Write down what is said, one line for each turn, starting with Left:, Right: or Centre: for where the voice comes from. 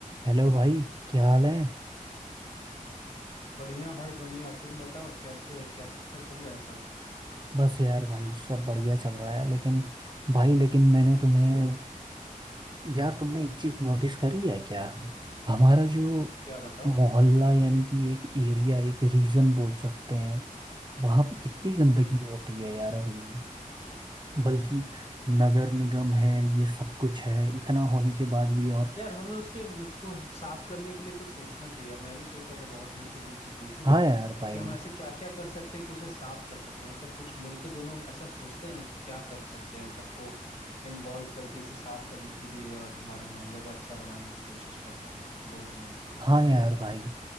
Right: Hello भाई क्या हाल है
Left: बढ़िया भाई बढ़िया तुम बताओ कैसे हो कैसा चल रहा है सब
Right: बस यार भाई सब बढ़िया चल रहा है लेकिन भाई लेकिन मैंने तुम्हें यार तुमने एक चीज नोटिस करी है क्या हमारा जो
Left: क्या बताओ
Right: मोहल्ला यानी कि एक एरिया एक रीजन बोल सकते हैं वहां पे कितनी गंदगी
Left: हम्म
Right: होती है यार अभी भी। बल्कि नगर निगम है ये सब कुछ है इतना होने के बाद भी और
Left: यार हमें उसके उसको साफ करने के लिए कुछ सोचना चाहिए यार मैं भी सोचा था बहुत दिन से तुमसे पूछूं
Right: हाँ यार भाई
Left: कि हम ऐसे क्या क्या कर सकते हैं कि उसे साफ कर सकते हैं मतलब कुछ मिलके दोनों ऐसा सोचते हैं ना कि क्या कर सकते हैं सबको इन्वॉल्व करके इसे साफ करने के लिए और हमारे मोहल्ले को अच्छा बनाने की कोशिश कर सके दोनों मिलके कुछ
Right: हाँ
Left: ऐसा
Right: यार
Left: करें
Right: भाई